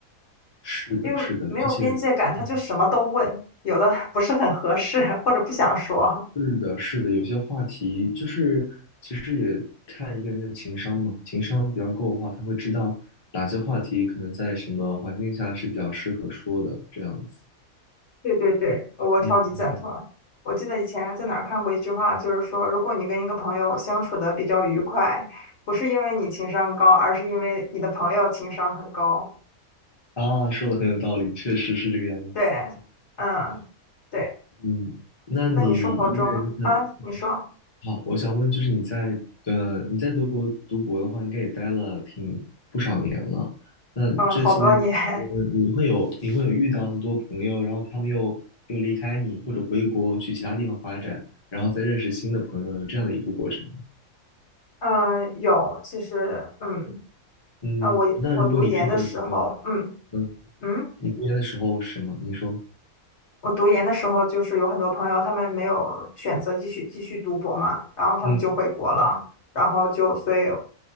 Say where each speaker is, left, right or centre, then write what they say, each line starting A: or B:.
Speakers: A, on the left; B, on the left.
A: 是的，
B: 因为没有边界感，
A: 是的，而且，
B: 他就什么都问，
A: 嗯
B: 有的不是很合适或者不想说。
A: 是的，是的，有些话题就是其实也看一个人的情商嘛，情商比较够的话，他会知道哪些话题可能在什么环境下是比较适合说的，这样子。
B: 对对对，我超级赞同。
A: 嗯嗯嗯。
B: 我记得以前在哪儿看过一句话，就是说，如果你跟一个朋友相处的比较愉快，不是因为你情商高，而是因为你的朋友情商很高。
A: 啊，说的很有道理，确实是这个样子。
B: 对，嗯，对。
A: 嗯，那你一个人在，
B: 那你生活中啊，你说，
A: 好，我想问，就是你在呃你在德国读博的话，应该也待了挺不少年了。那这些期间你会有你会有遇到很多朋友，
B: 嗯，好多年。<laughs>
A: 然后他们又又离开你，或者回国去其他地方发展，然后再认识新的朋友，有这样的一个过程吗
B: 嗯、呃有，其实，嗯，
A: 嗯，
B: 呃，我我读研的时候，
A: 那如果你原本的朋友，
B: 嗯
A: 嗯，
B: 嗯，
A: 你读研的时候是吗？你说，
B: 我读研的时候，就是有很多朋友，他们没有选择继续继续读博嘛，然后他们就回国了，
A: 嗯，
B: 然后就所以，